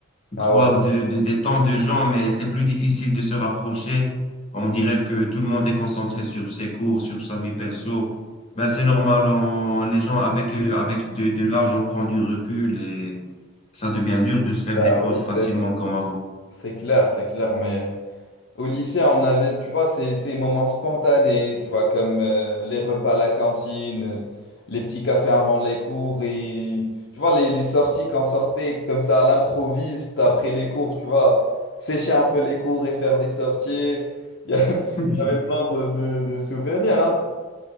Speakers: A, on the left; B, on the left.
A: On
B: Ah
A: croise
B: ouais,
A: de, de- des temps de gens, mais c'est plus difficile de se rapprocher. On dirait que tout le monde est concentré sur ses cours, sur sa vie perso. Ben, c'est normal, on- les gens avec, avec de, de l'âge, on prend du recul ça devient dur de se faire
B: bah
A: des potes
B: oui,
A: facilement
B: c'est
A: comme avant.
B: c'est clair, c'est clair, mais au lycée, on avait, tu vois, ces, ces moments spontanés, tu vois, comme euh, les repas à la cantine, euh, les petits cafés avant les cours, et tu vois, les, les sorties qu'on sortait comme ça à l'improviste après les cours, tu vois, sécher un peu les cours et faire des sorties. Il y, a- <laughs>
A: <laughs>
B: il y avait plein de, de, de souvenirs, hein?